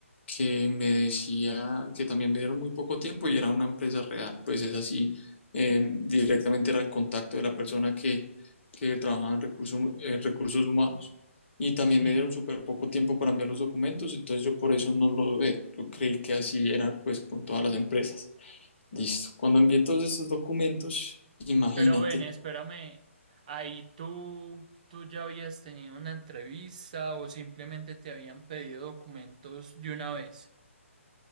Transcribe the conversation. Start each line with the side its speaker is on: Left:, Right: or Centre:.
Left: que me decía que también me dieron muy poco tiempo y era una empresa real. Pues es así, eh, directamente era el contacto de la persona que, que trabajaba en recursos, eh, recursos humanos y también
Right: sí.
Left: me dieron súper poco tiempo para enviar los documentos, entonces yo por eso no lo dudé. Yo creí que así era pues con todas las empresas. Listo. Cuando envié todos estos documentos, imagínate,
Right: Pero ven, espérame, ahí tú, tú ya habías tenido una entrevista o simplemente te habían pedido documentos de una vez.